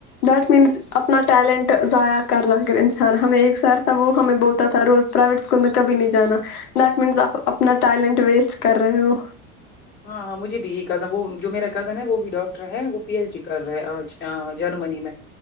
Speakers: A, on the left (about 80°); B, on the left (about 20°).
A: دیٹ مینس اپنا ٹیلنٹ ضائع کر رہا اگر انسان ہمیں ایک سر تھا وہ ہمیں بولتا تھا روز پرائیویٹ اسکول میں کبھی نہیں جانا دیٹ مینس آپ اپنا ٹیلنٹ ویسٹ کر رہے ہو
B: ہاں ہاں مجھے بھی یہی کزن وہ جو میرا کزن ہے وہ بھی ڈاکٹر ہے وہ پی ایچ ڈی کر رہے ہے آج جرمنی میں